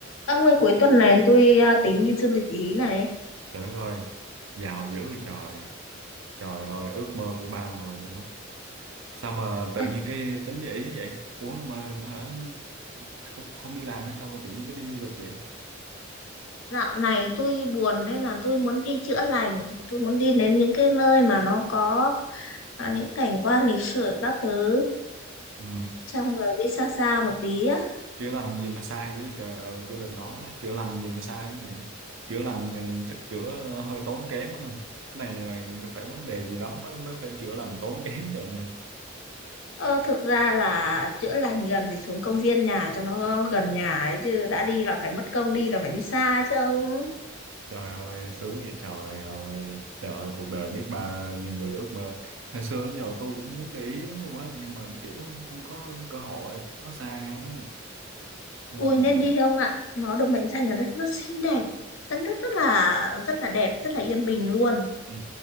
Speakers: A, on the left; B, on the right.
A: Ông ơi cuối tuần này tôi à, tính đi du lịch Ý này.
B: Trời đất ơi, giàu dữ vậy trời. Trời ơi, ước mơ của bao người luôn á. Sao mà tự
A: À,
B: nhiên cái tính để ý vậy? Ủa mà hả? Không không đi làm hay sao mà tự nhiên cái đi du lịch vậy?
A: dạo này tôi buồn nên là tôi muốn đi chữa lành. Tôi muốn đi đến những cái nơi mà nó có à, những cảnh quan lịch sử các thứ.
B: Ừ.
A: Xong rồi đi xa xa một tí á.
B: Chữa lành gì mà sai dữ trời. Ừ, tôi định nói đó, chữa lành gì mà sai vậy? Chữa lành này chắc chữa hơi tốn kém á. Cái này là phải vấn đề gì lắm mới mới phải chữa lành tốn kém vậy nè.
A: Ờ, thực ra là chữa lành gần thì xuống công viên nhà cho nó gần nhà ấy chứ đã đi là phải mất công đi là phải đi xa chứ ông.
B: Trời ơi, sướng vậy trời ơi, trời ơi, cuộc đời biết bao nhiêu người ước mơ. Hồi xưa đến giờ tôi cũng muốn để ý lắm luôn á, nhưng mà kiểu không có cơ hội, nó xa á. Nên
A: Ui
B: là,
A: nên đi không ạ? Nó được mệnh danh là đất nước xinh đẹp. Đất nước rất là rất là đẹp, rất là yên bình luôn.
B: ừ,